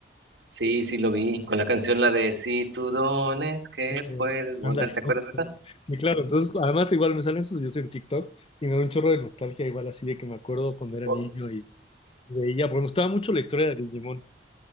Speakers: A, on the right; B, on the left.
A: Sí, sí lo vi, con la canción la de Si tú dones que
B: Eh,
A: puedes volar,
B: Ándale,
A: ¿te
B: <laughs>
A: acuerdas
B: justo.
A: de esa?
B: Sí, claro. Entonces, además, igual me salen sus videos en TikTok y me da un chorro de nostalgia, igual así de que me acuerdo cuando era
A: O-
B: niño y Veía, porque me gustaba mucho la historia de Digimon.